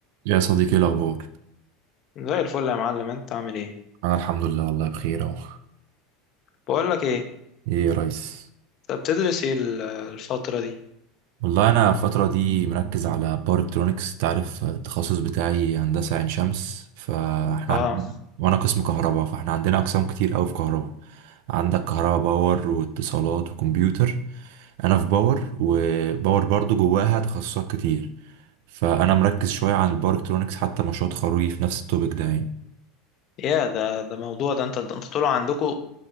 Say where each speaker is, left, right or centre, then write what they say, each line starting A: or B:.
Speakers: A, on the right; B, on the left.
A: يا صديقي إيه الأخبار
B: زي الفل يا معلم انت عامل ايه
A: أنا الحمد لله والله بخير أهو
B: بقول لك ايه
A: إيه يا ريس
B: طب بتدرس ايه ال- الفتره دي
A: والله أنا الفترة دي مركز على باور إلكترونكس تعرف التخصص بتاعي هندسة عين شمس فإحنا
B: اه
A: عندنا وأنا قسم كهرباء فإحنا عندنا أقسام كتير أوي في كهرباء عندك كهرباء باور واتصالات وكمبيوتر أنا في باور وباور برضو جواها تخصصات كتير فأنا مركز شوية عن الباور إلكترونكس حتى مشروع تخرجي في نفس التوبيك ده يعني
B: يا ده ده موضوع ده انت انت طلع عندكم